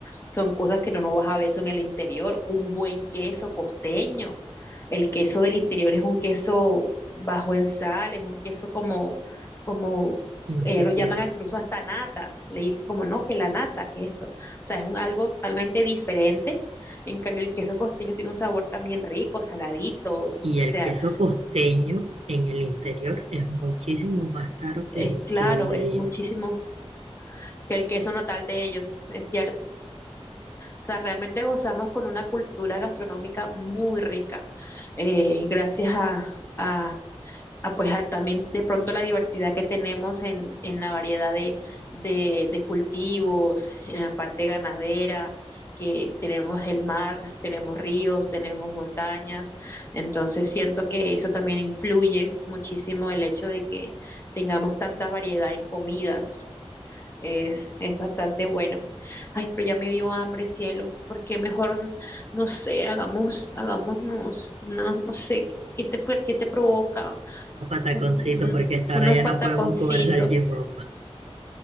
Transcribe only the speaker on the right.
insípidos.
Y el
queso costeño en el interior es muchísimo más caro que,
que el de
los pataconcitos,
porque hasta
ahora ya
no podemos comer salchipapa. <laughs>